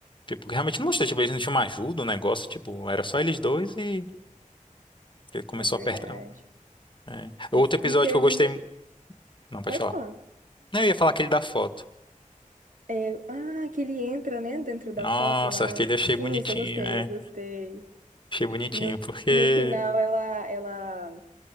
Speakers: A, on the left; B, on the right.
A: tipo, realmente não mostrou, tipo, eles não tinham uma ajuda, o negócio, tipo, era só eles dois e ele começou
B: é verdade.
A: a apertar. É.
B: Eles-
A: Outro episódio
B: E teve.
A: que eu gostei... Não, pode
B: Pode
A: falar.
B: falar.
A: Não, eu ia falar aquele da foto.
B: É, ah, que ele entra, né, dentro da
A: Nossa,
B: foto lá.
A: aquele eu achei
B: Sim,
A: bonitinho,
B: esse eu gostei,
A: é.
B: eu gostei.
A: Achei bonitinho,
B: No,
A: porque...
B: no final, ela, ela,